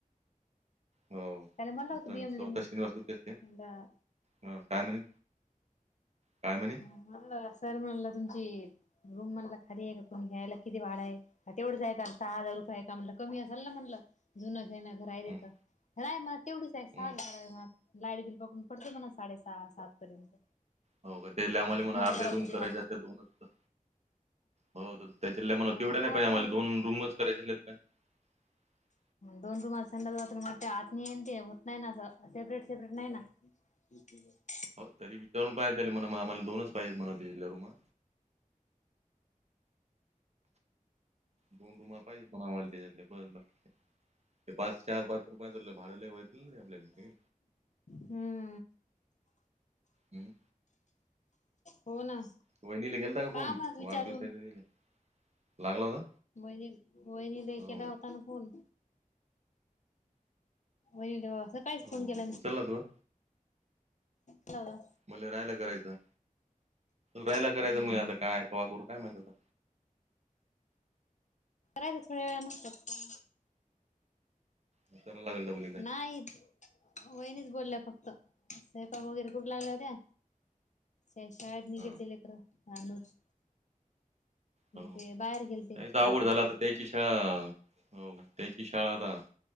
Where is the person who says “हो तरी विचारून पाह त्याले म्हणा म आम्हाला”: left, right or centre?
Right